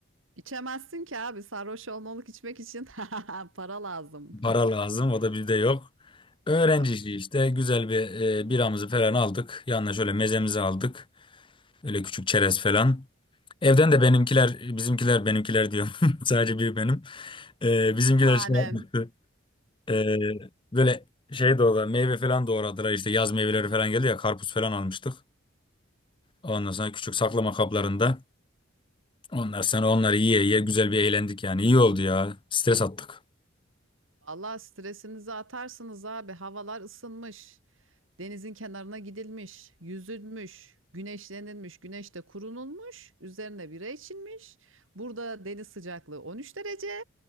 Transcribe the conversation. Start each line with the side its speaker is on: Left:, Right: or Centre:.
Right: İçemezsin ki abi sarhoş olmalık içmek için <laughs> para lazım.
Left: Para lazım. O da bizde yok. Öğrenci
Right: <laughs> Tabii.
Left: işi işte. Güzel bir e, biramızı falan aldık. Yanına şöyle mezemizi aldık. Öyle küçük çerez falan. Evden de benimkiler, bizimkiler, benimkiler diyorum. <laughs> Sadece bir benim. E,
Right: Senin
Left: bizimkiler
Right: hanen.
Left: şey yapmıyor. E, böyle şey doğradı. Meyve falan doğradılar. İşte yaz meyveleri falan geldi ya. Karpuz falan almıştık. Ondan sonra küçük saklama kaplarında. Onlar sonra onları yiye yiye güzel bir eğlendik yani. İyi oldu ya. Stres attık.
Right: Vallahi stresinizi atarsınız abi. Havalar ısınmış. Denizin kenarına gidilmiş, yüzülmüş, güneşlenilmiş, güneşte kurunulmuş, üzerine bira içilmiş. Burada deniz sıcaklığı 13 derece.